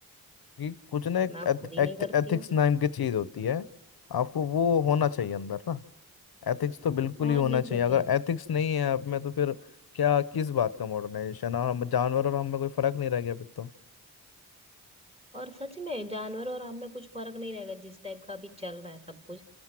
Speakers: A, on the left (about 70°); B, on the right (about 15°).
A: क्योंकि कुछ ना एक
B: मैं खुद ही
A: एथ,
B: नहीं करती
A: एथिक्स
B: हूँ
A: नाम की चीज़ होती है आपको वो होना चाहिए अंदर ना एथिक्स तो बिल्कुल
B: और
A: ही होना
B: नहीं
A: चाहिए
B: तो
A: अगर
B: क्या
A: एथिक्स नहीं है आप में तो फिर क्या किस बात का मॉडर्नाइजेशन और हम जानवर और हम में कोई फर्क नहीं रह गया फिर तो
B: और सच में जानवर और हम में कुछ फर्क नहीं रहेगा जिस टाइप का अभी चल रहा है सब कुछ